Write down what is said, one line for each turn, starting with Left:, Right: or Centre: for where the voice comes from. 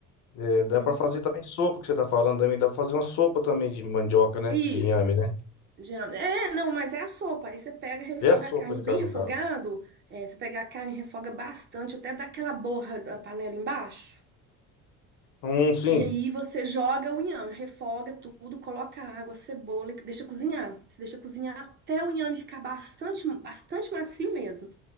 Left: é,
Right: Uhum.
Left: dá para fazer também sopa que você está falando também, dá para fazer uma sopa também de mandioca, né?
Right: Isso.
Left: De inhame, né?
Right: Já- É, não, mas é a sopa. Aí você pega, refoga
Left: É sopa
Right: a carne
Left: de
Right: bem
Left: caso, no
Right: refogado.
Left: caso.
Right: é, você pega a carne, refoga bastante, até dar aquela borra da panela embaixo.
Left: Hum, sim,
Right: E aí você joga o inhame, refoga tudo, coloca água, cebola, e deixa cozinhar. Você deixa cozinhar até o inhame ficar bastante, bastante macio mesmo.